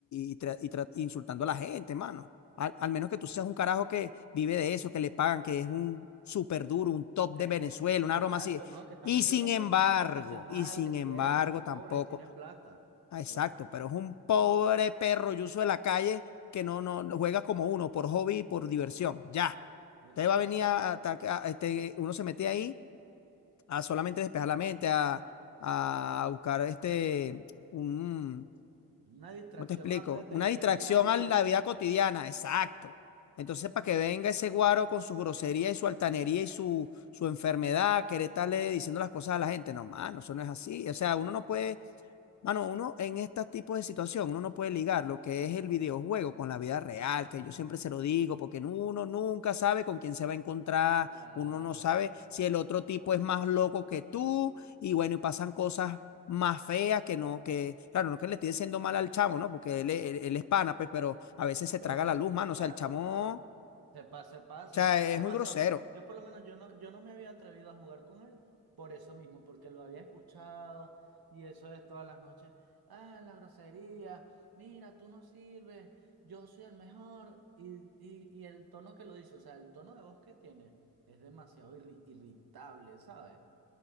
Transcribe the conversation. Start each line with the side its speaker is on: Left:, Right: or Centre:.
Left: y tra- y tra- insultando a la gente, mano. Al, al menos que tú seas un carajo que vive de eso, que le pagan, que es un súper duro, un top
Right: E-
Left: de Venezuela,
Right: Es, exacto,
Left: una broma así.
Right: ¿no? Que está
Left: Y
Right: metido
Left: sin
Right: en los
Left: embargo,
Right: torneos internacionales
Left: y sin embargo,
Right: y eso, y cobra
Left: tampoco.
Right: y tiene plata.
Left: Ah, exacto,
Right: Pero,
Left: pero es un pobre perro yuso de la calle que no, no, no juega como uno, por hobby y por diversión. Ya.
Right: exacto,
Left: Usted va a venir a atacar, este, uno se mete ahí a solamente despejar la mente, a, a buscar este, un,
Right: una distracción
Left: ¿cómo te explico?
Right: a- desde,
Left: Una
Right: desde
Left: distracción
Right: el día a día.
Left: a la vida cotidiana, exacto. Entonces, para que venga ese guaro con su grosería y su altanería y su, su enfermedad, querer estarle diciendo las cosas a la gente, no, mano, eso no es así. O sea, uno no puede Mano, uno en este tipo de situación, uno no puede ligar lo que es el videojuego con la vida real, que yo siempre se lo digo, porque uno nunca sabe con quién se va a encontrar,
Right: Claro.
Left: uno no sabe si el otro tipo es más loco que tú, y bueno, y pasan cosas más feas que no, que, claro, no que le estoy diciendo mal al chamo, ¿no? Porque él, es- él, él es pana, pues, pero a veces se
Right: Pero
Left: traga
Right: son,
Left: la luz, mano,
Right: claro,
Left: o sea, el chamo,
Right: claro,
Left: o
Right: se pasa, se pasa,
Left: sea,
Right: insulta
Left: es
Right: demasiado.
Left: muy grosero,
Right: Yo por lo menos yo no, yo no me había atrevido a jugar con él por eso mismo, porque lo había escuchado y eso es todas las noches. Ah, la grosería, mira, tú no sirves, yo soy el mejor. Y, y, y el tono que lo dice, o sea, el tono de voz que tiene es demasiado irri- irritable, ¿sabes?